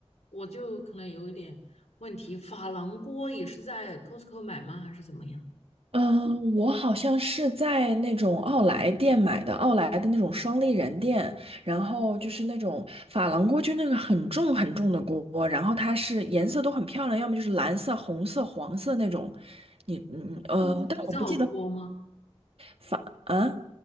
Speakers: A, on the left (about 85°); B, on the right (about 60°).
A: 我就可能有一点问题。珐琅锅也是在 Costco 买吗？还是怎么样？
B: 嗯，我好像是在那种奥莱店买的，奥莱的那种双立人店，然后就是那种珐琅锅，就那个很重很重的锅，然后它是颜色都很漂亮，要么就是蓝色、红色、黄色那种。你嗯呃，
A: 那土灶锅吗？
B: 但我不记得珐啊，